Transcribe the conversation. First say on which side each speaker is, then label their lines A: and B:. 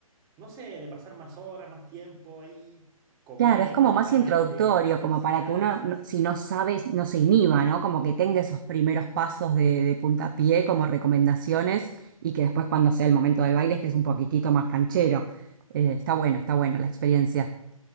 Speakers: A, on the right; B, on the right.
A: no sé, de pasar más horas, más tiempo ahí, comer,
B: Claro, es como
A: luego
B: más
A: baile,
B: introductorio,
A: después
B: como para
A: clases.
B: que uno, no- si no sabe, no se inhiba, ¿no? Como que tenga esos primeros pasos de, de puntapié como recomendaciones y que después cuando sea el momento del baile estés un poquitito más canchero. Eh, está bueno, está bueno la experiencia.